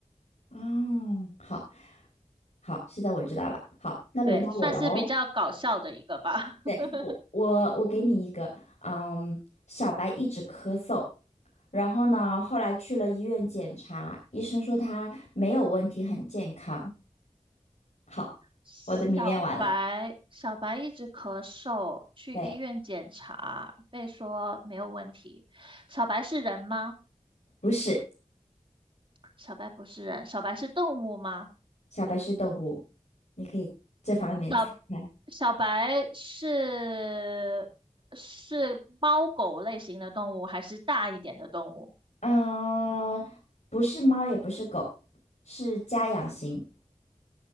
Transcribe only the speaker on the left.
哦，好好，现在我知道了。好，那轮到我了哦。
对，
我我我给你一个，嗯，小白一直咳嗽，然后呢，后来去了医院检查，医生说他没有问题，很健康。好，
我的谜面完了。
对，
不是。
小白是动物，你可以这方面猜猜。
嗯、不是猫，也不是狗，是家养型，